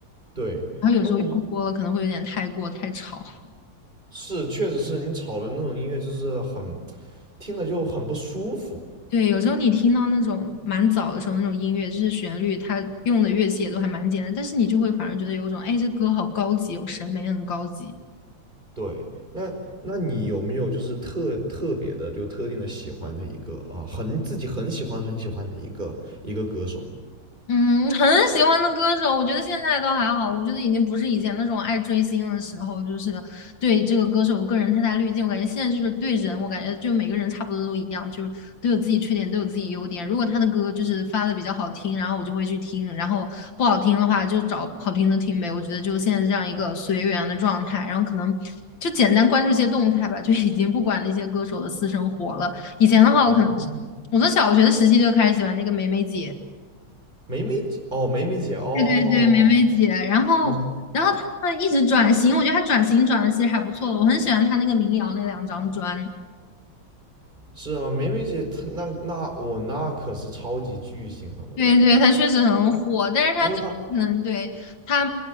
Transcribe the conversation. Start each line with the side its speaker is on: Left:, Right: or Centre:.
Right: 对，
Left: 然后有时候用多了可能会有点太过太吵。
Right: 那你是确实是你吵的那种音乐就是很听着就很不舒服，
Left: 对，有时候你听到那种蛮早的时候那种音乐，就是旋律，它用的乐器也都还蛮简单，但是你就会反而觉得有一种，哎，这歌好高级，有审美很高级。
Right: 对，那那你有没有就是特特别的就特定的喜欢的一个啊、很自己很喜欢很喜欢的一个一个歌手？
Left: 嗯，很喜欢的歌手，我觉得现在倒还好，我觉得已经不是以前那种爱追星的时候，就是对这个歌手个人太大滤镜。我感觉现在就是对人，我感觉就每个人差不多都一样，就是都有自己缺点，都有自己优点。如果他的歌就是发的比较好听，然后我就会去听，然后不好听的话就找好听的听呗。我觉得就现在这样一个随缘的状态，然后可能就简单关注一些动态吧，就已经不管那些歌手的私生活了。以前的话，
Right: 哦，
Left: 我可能我从小学的时期就开始喜欢那个梅梅姐。
Right: 梅梅姐哦，梅梅姐哦哦哦哦
Left: 对对，梅梅姐，然后然后她一直转型，
Right: 你
Left: 我觉得她转型转的其实还不错的，我很喜欢她那个民谣那两张专。
Right: 是吗？梅梅姐，她那那我那可是超级巨星了，我的天！
Left: 对对，她确实很火，但是她就嗯，
Right: 因为她
Left: 对她，